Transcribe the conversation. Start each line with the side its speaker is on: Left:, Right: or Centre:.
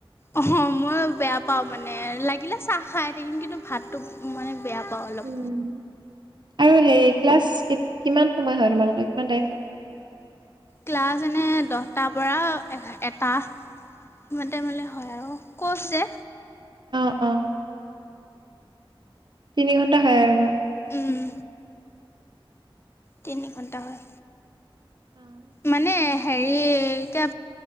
Left: অঁহ মই বেয়া পাওঁ মানে লাগিলে চাহ খাই থাকিম কিন্তু ভাতটো মানে- বেয়া পাওঁ অলপ।
Right: উম' আৰু হেৰি ক্লাছ কিমান সময় হয় তোমালোকৰ কিমান টাইম?
Left: ক্লাছ এনে দহটাৰ পৰা এ এটা সিমান টাইমলৈ হয় আৰু। কৌচ যে।
Right: অঁ অঁ' তিনি ঘণ্টা হয় আৰু ন।
Left: উম' তিনি ঘণ্টা হয়।
Right: অঁ'
Left: মানে হেৰি এতিয়া